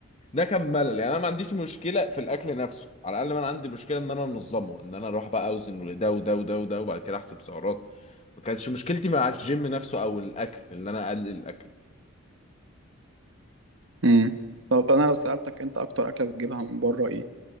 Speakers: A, on the left (about 30°); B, on the right (about 60°).
A: ده كان ملل يعني انا ما عنديش مشكله في الاكل نفسه على الاقل ما انا عندي مشكله ان انا انظمه ان انا اروح بقى اوزن ده وده وده وده وبعد كده احسب سعرات ما كانتش مشكلتي مع الجيم نفسه او الاكل ان انا اقلل الاكل
B: امم. طب انا لو سألتك انت اكتر اكلة بتجيبها من بره ايه